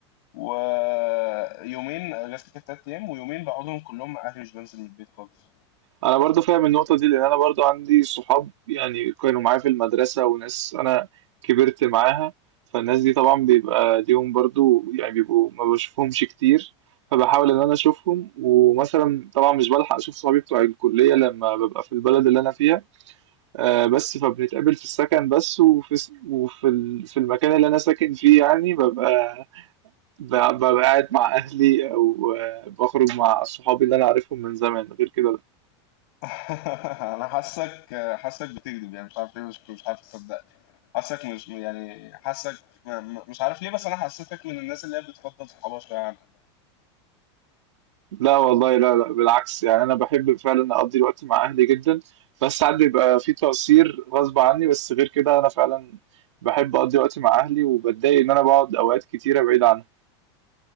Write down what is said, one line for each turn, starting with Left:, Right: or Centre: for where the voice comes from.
Left: ويومين اجازتي كانت تلات ايام ويومين بقعدهم كلهم مع اهلي مش بنزل من البيت خالص
Right: انا برضو فاهم النقطه دي لان انا برضو عندي صحاب يعني كانوا معايا في المدرسه وناس انا كبرت معاها فالناس دي طبعا بيبقى ليهم برضو يعني بيبقوا ما بشوفهمش كتير فبحاول ان انا اشوفهم ومثلا طبعا مش بلحق اشوف صحابي بتوع الكليه لما ببقى في البلد اللي انا فيها آه، بس فبنتقابل في السكن بس وفي س- وفي ال- في المكان اللي انا ساكن فيه يعني ببقى ب- ببقى قاعد مع اهلي او آه، بخرج مع صحابي اللي انا عارفهم من زمان غير كده
Left: <laughs> انا حاسك حاسك بتكذب يعني مش عارف ليه مش مش عارف اصدق حاسك مش يعني حاسك م- م- مش عارف ليه بس انا حسيتك من الناس اللي هي بتفضل صحابها شويه عن اهلها
Right: لا والله لا لا بالعكس يعني انا بحب فعلا اقضي الوقت مع اهلي جدا بس ساعات بيبقى في تقصير غصب عني بس غير كده انا فعلا بحب اقضي وقت مع اهلي وبتضايق ان انا بقعد اوقات كتيره بعيد عنهم